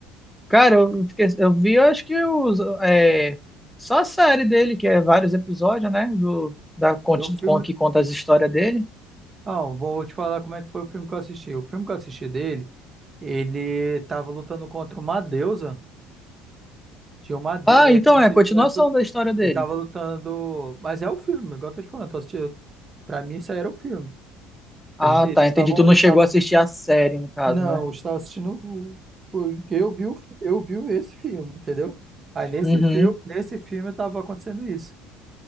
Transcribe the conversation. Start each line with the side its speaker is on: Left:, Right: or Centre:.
Centre: Cara, eu, fiquei- eu vi, eu acho que os, é, só a série dele, que é vários episódios, né? Do, da, conti-
Right: É um filme.
Centre: com- que conta as histórias dele.
Right: Não, vou te falar como é que foi o filme que eu assisti. O filme que eu assisti dele, ele tava lutando contra uma deusa. Tinha uma de...
Centre: Ah, então
Right: É como
Centre: é a
Right: se
Centre: continuação
Right: tivesse... Ele
Centre: da história dele.
Right: estava lutando... Mas é o filme, igual eu tô te falando. Eu Tô assistindo... Pra mim, isso aí era o filme.
Centre: Ah,
Right: A gente... Eles
Centre: tá, entendi.
Right: estavam...
Centre: Tu não
Right: Eles
Centre: chegou
Right: estavam...
Centre: a assistir a série, no caso,
Right: Não,
Centre: né?
Right: eu estava assistindo... o- Porque eu vi, o- eu vi esse filme, entendeu? Aí nesse
Centre: Uhum.
Right: filme, nesse filme estava acontecendo isso.